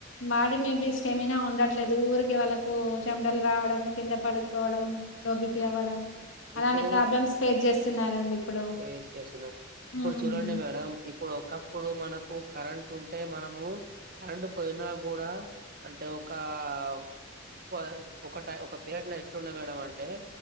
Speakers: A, on the left; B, on the right.
A: మాడి మేబీ స్టెమినా ఉండట్లేదు ఊరికి వాళ్ళలకు చెండలు రావడం కింద పడుకోడం. డోబిపి అవ్వడం. అలాంటి
B: ఇప్పుడు
A: ప్రాబ్లమ్స్ ఫేస్ జేసున్నారండి ఇప్పుడు
B: ఎయచ్ చేసున్నావ్ ఇప్పుడు
A: ఉమ్,
B: చూడండి మేడం. ఇప్పుడు ఒకప్పుడు మనకు కరెంట్ ఉంటే మనము కరెంటు పోయినా గూడా అంటే ఒకవ్ ఉపాద్ ఒకటా ఒక పీరియడ్ లో ఎట్లున్నా మేడం అంటే